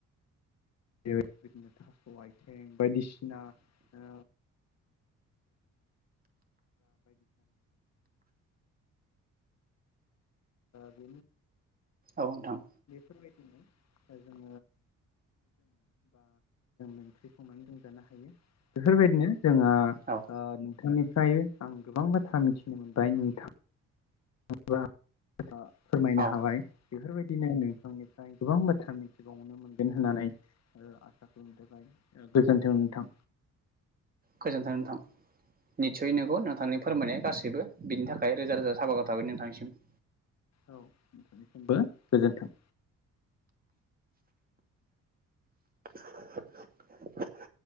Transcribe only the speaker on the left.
<unintelligible> बायदिसिना ओ <inaudible>
<inaudible> जोङो बा जों ओंख्रि संनानै जों जानो हायो बेफोरबायदिनो जोंहा
ओ नोंथांनि <unintelligible> आं गोबां बाथ्रा मिथिनो मोनबाय नोंथां <unintelligible> फोरमायनो
हाबाय बेफोरबायदिनो नोंथांनिफ्राय गोबां बाथ्रा मिथिबावनो मोनगोन होननानै ओ आसा खालामनाय थाबाय गोजोन्थों नोंथां
औ
औ नोंनिसिमबो गोजोन्थों